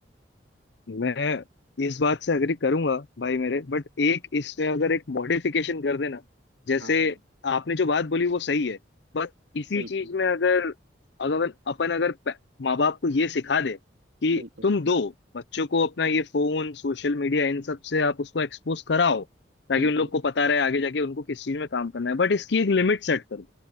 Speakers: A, on the left; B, on the right.
A: मैं इस बात से अग्री करूंगा भाई मेरे बट एक इसमें अगर एक मॉडिफिकेशन कर देना जैसे
B: हैं हाँ हाँ
A: आपने जो बात बोली वो सही है बट इसी
B: बिल्कुल
A: चीज में अगर अगर अपन अगर माँ बाप को ये सिखा दे कि
B: बिल्कुल
A: तुम दो बच्चों को अपना ये फोन सोशल मीडिया इन सब से आप उसको एक्सपोज कराओ ताकि
B: बिल्कुल
A: उन लोग को पता रहे आगे जाके उनको किस चीज में काम करना है बट इसकी एक लिमिट सेट कर दो